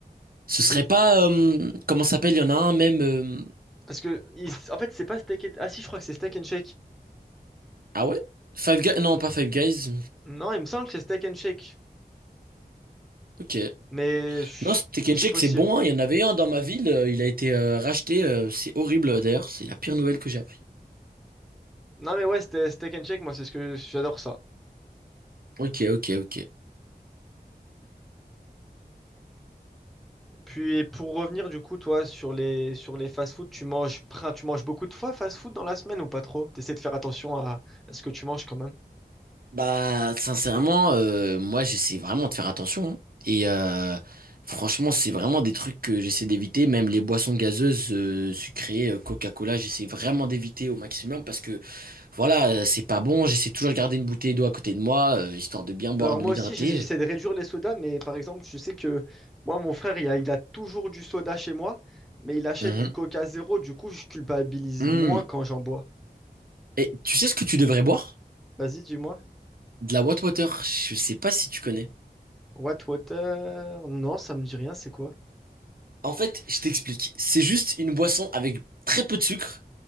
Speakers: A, on the right; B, in the centre.
A: Ce serait
B: Mais
A: pas. euh, comment ça s'appelle? Il y en a un même. euh,
B: Parce que, il- en fait, c'est pas Steak and... Ah si, je crois que c'est Steak and Shake.
A: Ah ouais? Five Guys? Non, pas Five Guys.
B: Non, il me semble que c'est Steak and Shake.
A: Ok.
B: Mais je-
A: Non, ce Tekken
B: c'est
A: Shake,
B: possible.
A: c'est bon, hein. Il y en avait un dans ma ville. euh, Il a été euh, racheté. euh, c'est horrible, euh, d'ailleurs. C'est la pire nouvelle que j'ai appris.
B: Non, mais ouais, c'était Steak and Shake, moi, c'est ce que j'adore ça.
A: Ok, ok, ok.
B: Puis pour revenir, du coup, toi, sur les, sur les fast-food, tu manges... prin- tu manges beaucoup de fois fast-food dans la semaine ou pas trop? T'essaies de faire attention à... à ce que tu manges quand même.
A: Bah, sincèrement, euh, moi, j'essaie vraiment de faire attention. hein. Et euh, franchement, c'est vraiment des trucs que j'essaie d'éviter. Même les boissons gazeuses, euh, sucrées, euh, Coca-Cola, j'essaie vraiment d'éviter au maximum parce que, voilà, euh, c'est pas bon. J'essaie toujours de garder une bouteille d'eau à côté de moi, euh, histoire de bien boire,
B: Alors
A: de
B: moi
A: m'hydrater.
B: aussi, j'ai- j'essaie de réduire les sodas, mais par exemple, je sais que moi, mon frère, il a, il a toujours du soda chez moi, mais il achète
A: Mhm.
B: du Coca Zéro, du coup, je culpabilise
A: Hmm.
B: moins quand j'en bois.
A: Et tu sais ce que tu devrais boire?
B: Vas-y, dis-moi.
A: De la Water. Je sais pas si tu connais.
B: What Water? Non, ça me dit rien, c'est quoi?
A: En fait, je t'explique. C'est juste une boisson avec très peu de sucre,